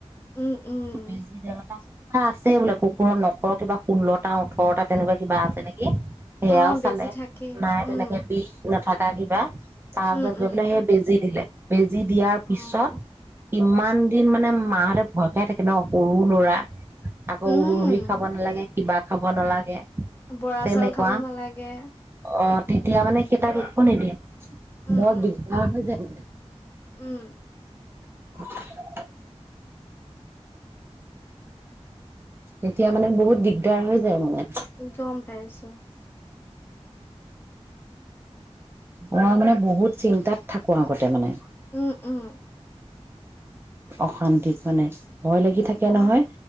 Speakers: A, on the left (about 20°); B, on the right (about 20°).
A: উম, উম।
B: বুজিছোঁ কিবা আছে বোলে কুকুৰৰ নখ কিবা ষোল্লটা ওঠৰটা তেনেকুৱা কিবা আছে নেকি সেয়াও
A: অ', বেজি
B: চালে
A: থাকেই।
B: নাই
A: উম,
B: তেনেকে বিষ নাথাকে কিবা তাৰ
A: উম,
B: পাছত
A: উম।
B: গৈ বেজী দিলে উ বেজী দিয়াৰ
A: অ',
B: পিছত ইমান দিন মানে মাহঁতে ভয় খাই থাকে ন সৰু লৰা আকৌ
A: উম।
B: উৰহি খাব নালাগে কিবা খাব নালাগে।
A: বৰা
B: তেনেকুৱা
A: চাউল খাব নালাগে। সেই য়া।।
B: অ' তেতিয়া মানে কেইটাাক একো নিদিয়ম <inaudible>
A: উম,
B: বৰ
A: উম,
B: দিগদাৰ হৈ যায়।।
A: উম।
B: <inaudible> এতিয়া মানে বহুত দিগদাৰ হৈ যায় মানে।
A: গম পাইছোঁ।
B: মই মানে বহুত চিন্তাত থাকো আগতে মানে।
A: উম উম।
B: অশান্তিত মানে। ভয় লাগি থাকে
A: হয়
B: নহয়।